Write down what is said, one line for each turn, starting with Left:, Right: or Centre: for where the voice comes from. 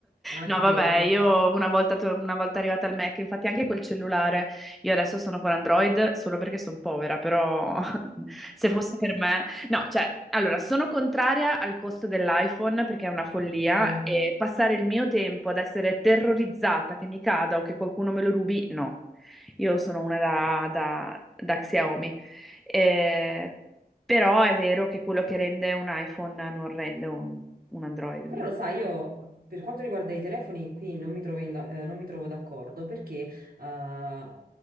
Right: Ah,
Centre: No,
Right: capito.
Centre: vabbè, io una volta, to- una volta arrivata al Mac, infatti anche col cellulare, io adesso sono con Android solo perché sono povera, però <laughs> se fosse per me... No, cioè, allora, sono contraria al costo dell'iPhone perché è una follia
Right: Eh,
Centre: e passare il mio tempo ad essere terrorizzata che mi cada o che qualcuno me lo rubi, no. Io sono una da, da, da Xiaomi. Eh, però è vero che quello che rende un iPhone non rende un un Android,
Right: però
Centre: mi
Right: lo sai, io per quanto riguarda i telefoni qui non mi trovo, in da- eh, non mi trovo d'accordo perché eh,